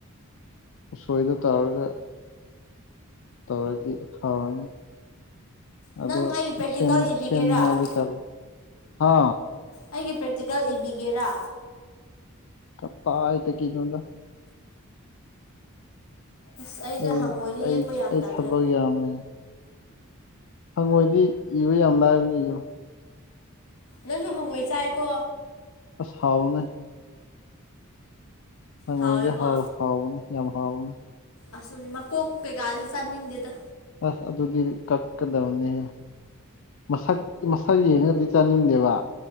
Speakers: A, on the left; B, on the left.
A: ꯎꯁꯣꯏꯗꯣ ꯇꯧꯔꯒ ꯇꯧꯔꯗꯤ ꯍꯥꯎꯔꯅꯤ ꯑꯗꯨ
B: ꯅꯪ ꯑꯩꯒꯤ ꯄ꯭ꯔꯦꯛꯇꯤꯀꯦꯜ
A: ꯁꯦꯝ
B: ꯏꯕꯤꯒꯦꯔꯥ
A: ꯁꯦꯝꯅꯤꯡꯉꯥꯏꯗꯤ ꯇꯜꯂꯦ ꯍꯥ
B: ꯑꯩꯒꯤ ꯄ꯭ꯔꯦꯛꯇꯤꯀꯦꯜ ꯏꯕꯤꯒꯦꯔꯥ
A: ꯀꯗꯥꯏ ꯗꯒꯤꯅꯣꯗ
B: ꯑꯁ ꯑꯩꯁꯦ
A: ꯑꯩ
B: ꯍꯪꯉꯣꯏꯁꯦ
A: ꯑꯩ
B: ꯌꯦꯛꯄ ꯌꯥꯝ
A: ꯑꯩ
B: ꯇꯜꯂꯦ
A: ꯊꯕꯛ ꯌꯥꯝꯃꯦ ꯍꯉꯣꯏꯗꯤ ꯏꯕ ꯌꯥꯝ ꯂꯥꯏꯕꯅꯤ ꯏꯌꯣ
B: ꯅꯪꯁꯨ ꯍꯪꯉꯣꯏ ꯆꯥꯏꯀꯣ
A: ꯑꯁ ꯍꯥꯎꯕꯅꯦ ꯍꯪꯉꯣꯏꯗꯤ
B: ꯍꯥꯎꯋꯦꯀꯣ
A: ꯍꯥꯎ ꯍꯥꯎꯕꯅꯦ ꯌꯥꯝ ꯍꯥꯎꯕꯅꯦ
B: ꯑꯁꯨꯝ ꯃꯀꯣꯛ ꯀꯩꯒꯥꯗꯤ ꯆꯥꯅꯤꯡꯗꯦꯗ
A: ꯑꯁ ꯑꯗꯨꯗꯤ ꯀꯛ ꯀꯗꯧꯅꯦ ꯍꯦ ꯃꯁꯛ ꯃꯁꯛ ꯌꯦꯡꯉꯗꯤ ꯆꯥꯅꯤꯡꯗꯦꯕ